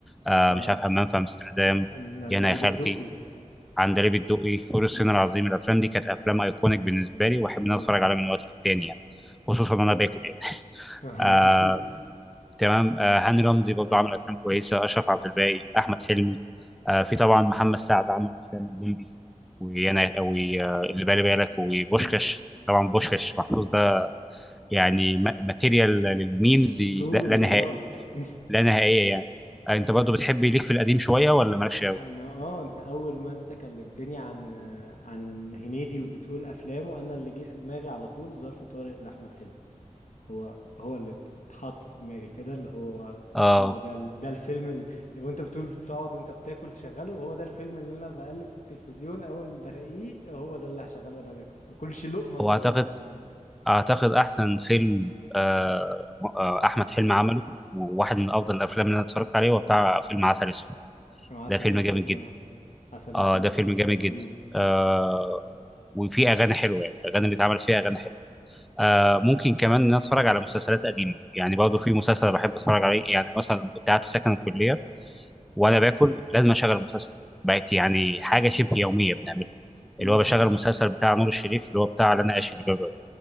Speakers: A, in the centre; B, on the left.
A: آه
B: اه
A: مش عارف همام في امستردام
B: عن- عندليب
A: يا انا يا خالتي
B: الدقي
A: عندليب الدقي فول الصين
B: مم.
A: العظيم الافلام دي كانت افلام ايكونيك بالنسبه
B: كان
A: لي واحب
B: جميل
A: ان انا اتفرج
B: آه.
A: عليها من وقت للتاني يعني خصوصا وانا باكل يعني
B: <laughs>
A: آه
B: اكيد
A: تمام آه هاني رمزي برضه عمل افلام كويسه اشرف عبد الباقي احمد حلمي آه في طبعا محمد سعد عمل افلام الليمبي وانا واللي بالي بالك وبوشكاش
B: مم.
A: طبعا بوشكاش محفوظ ده يعني ما- ماتيريال للميمز
B: اسطوري
A: لا لا نهائي
B: اه <laughs>
A: لا نهائيه يعني آه، انت برضه بتحب ليك في القديم شويه ولا مالكش
B: انا اه انت اول ما انت كلمتني عن عن هنيدي وبتقول افلامه انا اللي جه في دماغي على طول ظرف طارق لاحمد حلمي هو هو اللي ات- اتحط في دماغي كده اللي هو
A: اه
B: هو ده ال- ده الفيلم اللي وانت بتقول بتقعد وانت بتاكل تشغله هو ده الفيلم اللي انا بقلب في التلفزيون اول ما بلاقيه هو ده اللي هشغله وانا باكل ما كلش لقمه لغايه
A: هو اعتقد
B: ما اتفرج عليه
A: اعتقد احسن فيلم آه م- آه احمد حلمي عمله وواحد من افضل الافلام اللي انا اتفرجت عليه هو بتاع فيلم عسل اسود
B: مع عسل
A: ده فيلم
B: اسود
A: جامد جدا
B: اه عسل اسود
A: اه ده فيلم جامد
B: رهيب
A: جدا آه وفيه اغاني حلوه يعني الاغاني اللي اتعمل فيها اغاني حلوه آه ممكن كمان ان أنا اتفرج على مسلسلات قديمه يعني برضه في مسلسل بحب اتفرج عليه يعني مثلا لما كنت قاعد في سكن الكليه وانا باكل لازم اشغل المسلسل ده بقت يعني حاجه شبه يوميه بنعملها
B: امم
A: اللي هو بشغل المسلسل بتاع نور الشريف اللي هو بتاع اللي انا عايش في جلباب